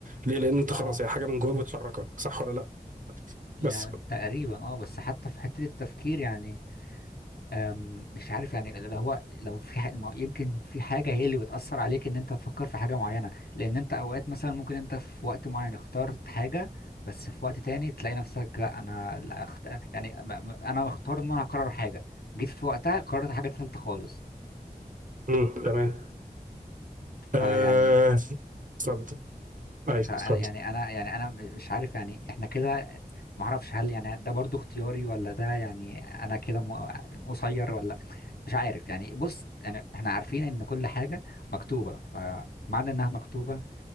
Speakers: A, on the right; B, on the left.
A: ليه لان انت
B: اه
A: خلاص هي حاجه من جواك بتحركك صح ولا لا
B: يعني
A: بس
B: تقريبا اه بس حتى في حتة التفكير يعني أم، مش عارف يعني اللي هو لو في ح... ما- يمكن في حاجة هي اللي بتأثر عليك ان انت تفكر في حاجة معينة لان انت اوقات مثلا ممكن انت في وقت معين اخترت حاجة بس في وقت تاني تلاقي نفسك لا انا لا أخت... يعني م- م- انا مختار ان انا هقرر حاجة جيت في وقتها قررت حاجة تالتة خالص
A: امم تمام آه،
B: فيعني
A: اتفضل اي اتفضل
B: فانا يعني انا يعني انا مش عارف يعني احنا كده ما اعرفش هل يعني ده برضو اختياري ولا ده يعني انا كده م- قصير ولا مش عارف يعني بص يعني احنا عارفين ان كل حاجة مكتوبة فمعنى انها مكتوبة